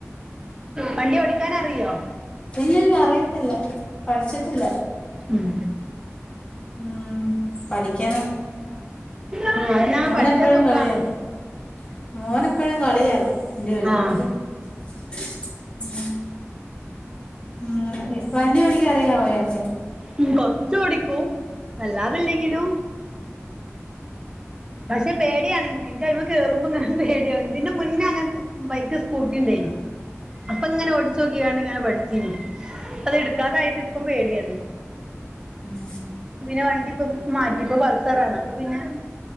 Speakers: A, on the right; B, on the left.
A: വണ്ടി <unintelligible> ഓടിക്കാനറിയോ
B: ഇല്ല ഇല്ല അറിയത്തില്ല പഠിച്ചിട്ടില്ല
A: ഉം
B: ഉം പഠിക്കാണം
A: ആഹ് അത് ഞാൻ
B: ഓനെപ്പോഴും
A: പഠിച്ചാ സുഖാണ്
B: കളിയാക്കും മോനെപ്പോഴും കളിയാക്കും വണ്ടി ക <unintelligible>
A: ആഹ്
B: ത്തെ ഉം ഉം വണ്ടിയോടിക്കാൻ അറിയാവോ യാക്ക്
A: ഉം കൊറച്ച് ഓടിക്കൂ വല്ലാതല്ലെങ്കിലോ പക്ഷെ പേടിയാണ് ഇന്ക് ഇന്ക് അയിമേ കേറുമ്പോ ഇങ്ങനെ പേടിയ ഇതിന്റെ മുന്നേ അങ്ങനത്തെ ബൈക്ക് സ്കൂട്ടിണ്ടായിനി അപ്പൊ ഇങ്ങനെ ഓടിച്ചു നോക്കിയാണ്ട് ഇങ്ങനെ പഠിച്ചീു അതെടുക്കാതായിട്ട് ഇപ്പം പേടിയാണ്
B: ഉം
A: പിന്നെ വണ്ടിപ്പൊ മാറ്റിപ്പ പൾസറാണ് അപ്പൊ പിന്നെ